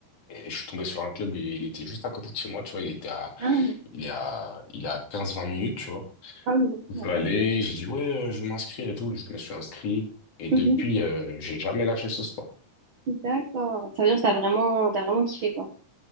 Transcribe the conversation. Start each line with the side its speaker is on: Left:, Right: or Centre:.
Left: Et je suis tombé sur un club, il il était juste à côté de chez moi, tu vois, il était à,
Right: Ah,
Left: il est à, il est à 15-20 minutes, tu vois.
Right: ah oui,
Left: Je
Right: d'accord.
Left: suis allé, j'ai dit, ouais, euh, je veux m'inscrire et tout, je me suis inscrit. Et
Right: Mhm.
Left: depuis, euh, j'ai jamais lâché ce sport.
Right: D'accord. Ça veut dire que t'as vraiment, t'as vraiment kiffé, quoi.